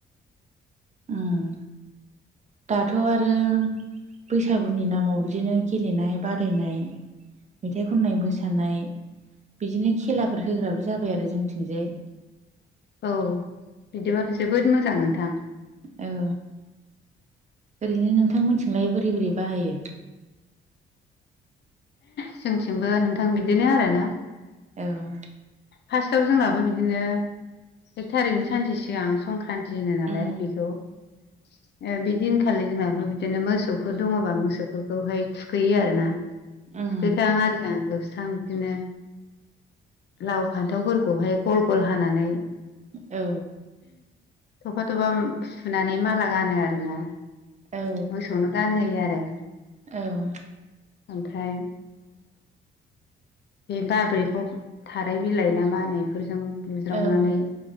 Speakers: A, on the right; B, on the left.
A: ओम दाथ' आरो बैसागुनि नामाव बिदिनो गेलेनाय बादायनाय मेथाइ खननाय मोसानाय बिदिनो खेलाफोर होग्राबो जाबाय आरो जोंनिथिंजाय।
B: औ बिदिबाथ' जोबोद मोजां नोंथां।
A: औ ओरैनो नोंथां मोनथिंलाय बोरै बोरै बाहायो?
B: जोंथिंबो नोंथां बिदिनो आरोना।
A: औ
B: फार्स्टआव जोंनाबो बिदिनो एक थारिखनि सानसे सिगां संक्रान टि होनो नालाय
A: उम
B: बेखौ। ओ बे दिनखालि जोंनाबो बिदिनो मोसौफोर दङबा मोसौफोरखौहाय थुखैयो आरो ना।
A: उम
B: थुखैखां आरिखां लोबस्रां बिदिनो लाव फान्थावफोरखौहाय गल गल हानानै
A: औ
B: थफा थफा फुनानै माला गानो आरो ना
A: औ
B: मोसौनो गानहोयो आरो।
A: औ
B: ओमफ्राय बे बाब्रैखब थाराय बिलाइ ना मा होनो इफोरजों बुज्रावनानै
A: औ